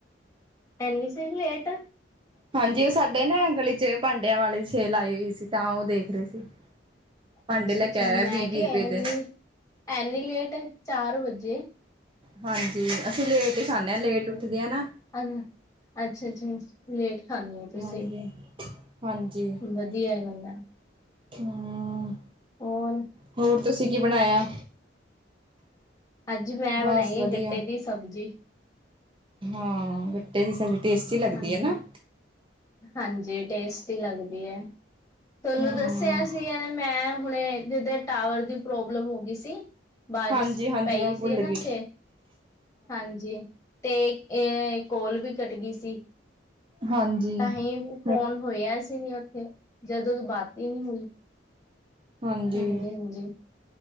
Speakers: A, on the left (about 20°); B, on the right (about 30°).
A: ਐਨੀ ਚਿਰ ਲੇਟ-
B: ਹਾਂਜੀ ਉਹ ਸਾਡੇ ਨਾ ਗਲੀ 'ਚ ਭਾਂਡਿਆਂ ਵਾਲੀ ਸੇਲ ਆਈ ਹੋਈ ਸੀ ਤਾਂ ਉਹ ਦੇਖ ਰਹੇ ਸੀ- ਭਾਂਡੇ
A: ਅਛਾ-
B: ਲੈ
A: ਅਛਾ
B: ਕੇ ਆਇਆ
A: ਮੈ
B: ਵੀਹ ਵੀਹ
A: ਕਿਹਾ
B: ਰੁਪਏ
A: ਐਨੀ-
B: ਦੇ
A: ਐਨੀ ਲੇਟ ਚਾਰ ਵਜੇ-
B: ਹਾਂਜੀ ਅਸੀ ਲੇਟ ਹੀ- ਖਾਂਦੇ ਲੇਟ
A: ਹਾਂ-
B: ਉੱਠਦੇ ਆ ਨਾ।
A: ਅਛਾ- ਅਛਾ ਲੇਟ ਖਾਂਦੇ ਹੋ ਤੁਸੀ
B: ਹਾਂਜੀ ਹਾਂਜੀ
A: ਵਧੀਆ ਗੱਲ ਹੈ।
B: ਹਮ
A: ਹੋਰ
B: ਹੋਰ ਤੁਸੀ ਕੀ ਬਣਾਇਆ-
A: ਅਜ ਮੈ
B: ਬਸ
A: ਬਣਾਈ
B: ਵਧੀਆ।
A: ਆ ਗੱਟੇ ਦੀ ਸਬਜੀ-
B: ਹਾਂ ਗਟੇ ਦੀ ਸਬਜੀ ਟੇਸਟੀ ਲਗਦੀ
A: ਹਾਂਜੀ
B: ਹੈ। ਨਾ-
A: ਹਾਂਜੀ ਟੇਸਟੀ ਲੱਗਦੀ ਹੈ। ਤੁਹਾਨੂੰ
B: ਹਮ
A: ਦਸਿਆ ਸੀ ਇਹਨੇ ਮੈ ਹੁਣੇ ਜਿਦੇ ਟਾਵਰ ਦੀ ਪ੍ਰੋਬਲਮ ਹੋ ਗਈ ਸੀ। ਬਾਰਿਸ਼
B: ਹਾਂਜੀ
A: ਖੂਬ
B: ਹਾਂਜੀ
A: ਪਈ
B: ਮੈਂ
A: ਸੀ
B: ਭੁੱਲ
A: ਨਾ ਇਥੇ-
B: ਗਈ
A: ਹਾਂਜੀ ਤੇ ਇਹ ਕੋਲ ਵੀ ਕੱਟ ਗਈ ਸੀ।
B: ਹਾਂਜੀ।
A: ਤਾਂਹੀ ਇਕ ਕੋਲ
B: ਹਮ
A: ਹੋਇਆ ਸੀ ਨੀ ਉਥੇ ਜਦੋਦੀ ਬਾਤ ਹੀ ਨਹੀ ਹੋਈ-
B: ਹਾਂਜੀ
A: ਹਾਂਜ- ਹਾਂਜੀ